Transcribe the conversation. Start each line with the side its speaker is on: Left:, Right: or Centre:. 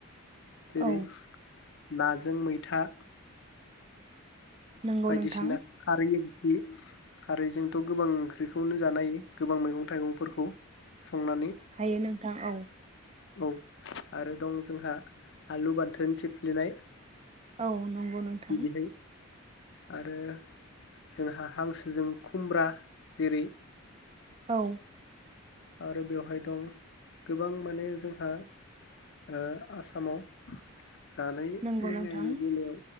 Left: जेरै
Right: औ
Left: नाजों मैथा
Right: नंगौ
Left: बायदिसिना
Right: नोंथां
Left: खारैनि नि खारैजों थ गोबां ओंख्रिखौनो जानो हायो। गोबां मैगं थाइगंफोरखौ संनानै
Right: हायो नोंथां औ
Left: औ आरो दं जोंहा आलु बाथोन सिफ्लेनाय।
Right: औ नंगौ नोंथां
Left: बिदिहाय आरो जोंहा हांसोजों खुमब्रा जेरै
Right: औ
Left: आरो बेवहाय दं गोबां माने जोंहा ओ आसामाव जानाय
Right: नंगौ
Left: लोंनायनि
Right: नोंथां
Left: बेलायाव